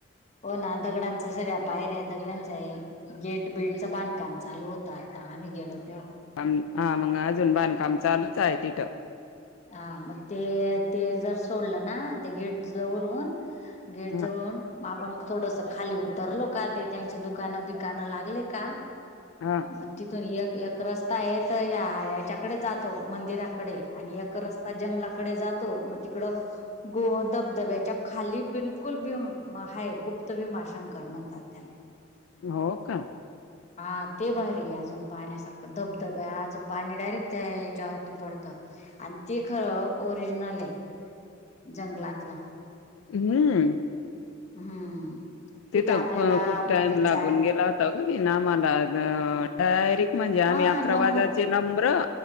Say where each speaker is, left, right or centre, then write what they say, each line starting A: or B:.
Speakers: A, on the left; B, on the left.
A: हो ना दगडांच्या सगळ्या पायऱ्या दगडांच्या आहे गेट बीटचा बांधकाम चालू होता. आम्ही गेलो तेव्हा
B: आन हा मंग अजून बांधकाम चालूच आहे तिथं.
A: हा मग ते ते जर सोडलं ना ते गेट जवळून गेट
B: ह
A: जवळून म आपण थोडसा खाली उतरलो का ते त्यांची दुकानं बिकाणं लागले का
B: हा
A: म ति थून एक एक रस्ता आहे तर या याच्याकडे जातो मंदिराकडे आणि एक क रस्ता जंगलाकडे जातो म तिकडं गो धबधब्याच्या खाली बिलकुल बीम हाय गुप्त भीमाशंकर म्हणतात. त्याले
B: हो का.
A: हा ते भारी आहे अजून पाहण्यासारखं धबधब्याचा पाणी डायरेक्ट त्या हीच्यावरती पडतं. आणि ते ख ओरिजनल आहे. जंगलातला
B: हम्म.
A: हम्म.
B: तिथं
A: आपल्याला
B: खू खूप
A: म्हणजे
B: टाइम लागून
A: जाय
B: गेला हो तगी ना मला अ डायरेक्ट म्हणजे
A: मग
B: आम्ही अकरा
A: नंबर
B: वाजाचे नंबरं